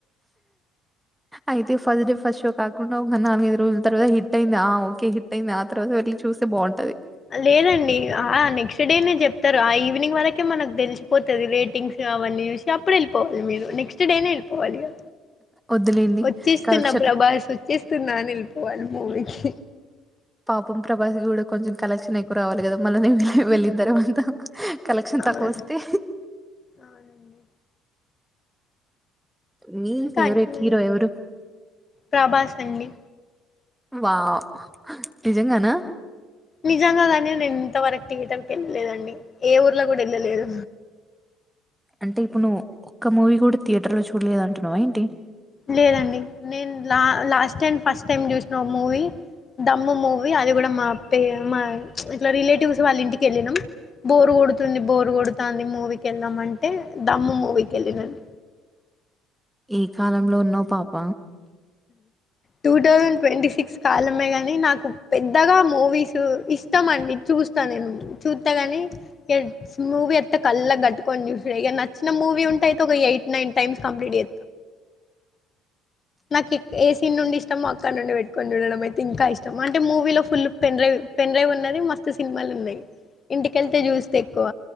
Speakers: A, in the centre; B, on the left.
A: అయితే ఫస్ట్ డే ఫస్ట్ షో కాకుండా ఒక నాలుగైదు రోజుల తర్త హిట్ అయింది, ఆ ఓకే హిట్ అయింది ఆ తర్వాత వెళ్. చూస్తే బాగుంటది
B: లేదండి ఆ నెక్స్ట్ డే నే చెప్తరు, ఆ ఈవినింగ్ వరకే మనకు తెలిసిపోతది రేటింగ్స్. గా వన్నీ చూసి అప్పుడు వెళ్ళిపోవాలి మీరు నెక్స్ట్ డే నే వెళ్ళి పోవాలి గా
A: వద్దులేండి
B: వచ్చేస్తున్నా
A: కరెక్షన్
B: ప్రభాస్, వచ్చేస్తున్నా అని వెళ్ళిపోవాలి మూవీ కి
A: పాపం ప్రభాస్ కూడా కొంచెం కలెక్షన్ ఎక్కువ రావాలి కదా మళ్ళ నేను వెళ్ళిన తర్వాత కలెక్షన్
B: అవును
A: తక్కువ వస్తే
B: అవునండి
A: మీ
B: ఇంకా
A: ఫేవరెట్
B: అండి మరి
A: హీరో ఎవరు
B: ప్రభాస్ అండి
A: వావ్ నిజంగానా
B: నిజంగా కాని నేను ఇంత వరకు థియేటర్ కి వెళ్ళలేదండి ఏ ఊర్లో కూడా వెళ్ళలేదు
A: అంటే ఇప్పుడు నువ్వు ఒక్క మూవీ కూడా థియేటర్ లో చూడలేదు అంటున్నావా ఏంటి
B: లేదండి నేను లా లాస్ట్ టైం ఫస్ట్ టైం చూసినఓ మూవీ దమ్ము మూవీ అది కూడా మా అే మా ఇట్లా రిలేటివ్స్ వాళ్ళ ఇంటికి వెళ్ళాం బోరుగు కొడుతుంది బోర్ కొడుతాంది మూవీకి వెళ్దాం అంటే దమ్ము మూవీకి వెళ్ళినండి
A: ఈ కాలంలో ఉన్నావు పాప
B: టూ థౌజండ్ ట్వంటీ సిక్స్ కాలమే కాగాని నాకు పెద్దగా మూవీస్ ఇస్తామండి చూస్తా నేను చూస్తా గాని ఇక మూవీ అత్త కళ్ళ కట్టుకొని చూస ఇక నచ్చిన మూవీ ఉంటే అయితే ఒక ఎయిట్ నైన్ టైమ్స్ కంప్లీట్ ఎ నాకు ఏ సీన్ నుండి ఇష్టమో అక్కడ నుండి పెట్టుకొని ఉండడం అయితే ఇంకా ఇష్టం అంటే మూవీలో ఫుల్ పెన్డ్రైవ్ పెన్డ్రైవ్ ఉన్నది మస్తు సినిమాలు ఉన్నాయి ఇంటికెళ్తే చూస్తే ఎక్కువ